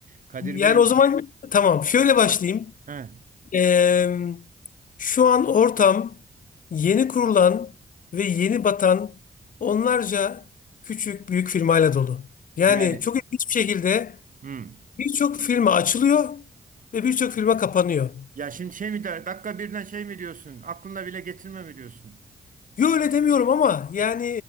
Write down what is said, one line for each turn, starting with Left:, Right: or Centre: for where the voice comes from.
Right: Kadir
Left: Yani
Right: Bey
Left: o zaman tamam şöyle başlayayım.
Right: he,
Left: Ee, şu an ortam yeni kurulan ve yeni batan onlarca küçük büyük firmayla dolu. Yani
Right: yani
Left: çok ilginç bir şekilde
Right: hmm.
Left: birçok firma açılıyor ve birçok firma kapanıyor.
Right: Ya şimdi şey mi der, dakika birden şey mi diyorsun? Aklına bile getirme mi diyorsun?
Left: Yo öyle demiyorum ama yani